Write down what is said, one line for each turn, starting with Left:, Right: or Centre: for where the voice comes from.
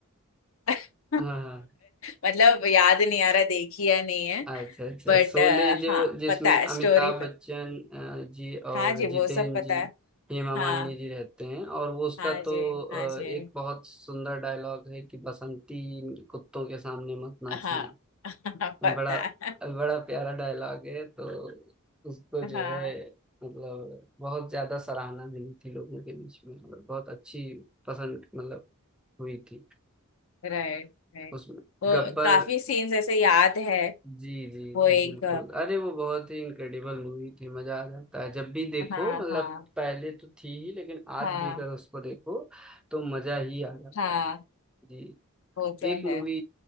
Left: <laughs>
Centre: हाँ
Left: मतलब याद नहीं आ रहा देखी या नहीं है
Centre: हाँ अच्छा अच्छा
Left: बट
Centre: शोले जो
Left: हाँ
Centre: जिसमें
Left: पता है
Centre: अमिताभ
Left: स्टोरी पर
Centre: बच्चन अ, जी और
Left: हाँ जी
Centre: जितेंद्र
Left: वो सब पता
Centre: जी
Left: है
Centre: हेमा
Left: हाँ
Centre: मालिनी जी रहते हैं और वो उसका
Left: हाँ जी
Centre: तो अ,
Left: हाँ जी
Centre: एक बहुत सुंदर डायलॉग है कि बसंती कुत्तों के सामने मत नाचना
Left: हाँ <laughs> पता
Centre: बड़ा
Left: है
Centre: बड़ा प्यारा डायलॉग है तो उसको जो
Left: हाँ
Centre: है मतलब बहुत ज्यादा सराहना मिली थी लोगों के बीच में और बहुत अच्छी पसंद मतलब हुई थी
Left: Right right
Centre: उसमें
Left: वो
Centre: गब्बर
Left: काफी सीन्स ऐसे याद है
Centre: जी जी
Left: वो
Centre: जी
Left: एक
Centre: बिल्कुल अरे वो बहुत ही इनक्रेडिबल मूवी थी मजा आ जाता है जब भी देखो
Left: हाँ
Centre: मतलब
Left: हाँ
Centre: पहले तो थी ही लेकिन आज
Left: हाँ
Centre: भी अगर उसको देखो तो मजा ही आ जाता
Left: हाँ
Centre: है जी
Left: वो तो
Centre: एक मूवी
Left: है